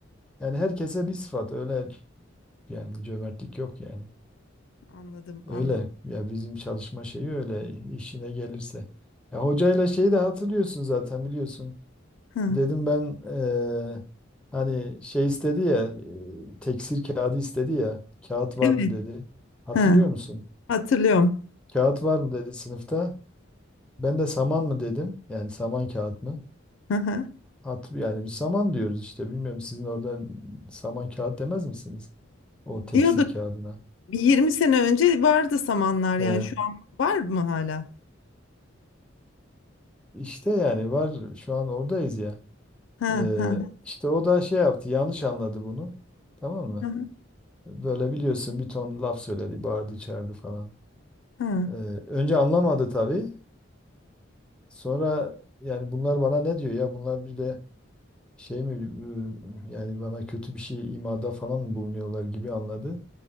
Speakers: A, in the centre; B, on the left (about 70°).
A: yani herkese bir sıfat öyle yani cömertlik yok yani.
B: Anladım,
A: Öyle
B: anladım.
A: ya bizim çalışma şeyi öyle işine gelirse. Ya hocayla şeyi de hatırlıyorsun zaten biliyorsun.
B: Ha,
A: Dedim ben eee, hani şey istedi ya eee, teksir kağıdı istedi ya kağıt var
B: evet.
A: mı dedi. Hatırlıyor
B: Ha,
A: musun?
B: hatırlıyorum.
A: Kağıt var mı dedi sınıfta. Ben de saman mı dedim. Yani saman kağıt mı?
B: Hı hı.
A: Hat, yani bir saman diyoruz işte. Bilmiyorum sizin oradan saman kağıt demez misiniz? O teksir
B: Diyorduk
A: kağıdına.
B: Bir 20 sene önce vardı samanlar yani
A: Eee
B: şu an var mı hala?
A: işte yani var şu an oradayız
B: Ha
A: Ee,
B: ha
A: işte o da şey yaptı, yanlış anladı bunu. Tamam mı?
B: ha
A: Böyle biliyorsun bir ton laf söyledi, bağırdı, çağırdı falan.
B: ha.
A: Ee,
B: <laughs>
A: önce anlamadı tabii. Sonra yani bunlar bana ne diyor ya? Bunlar bir de şey mi e, yani bana kötü bir şey imada falan mı bulunuyorlar gibi anladı.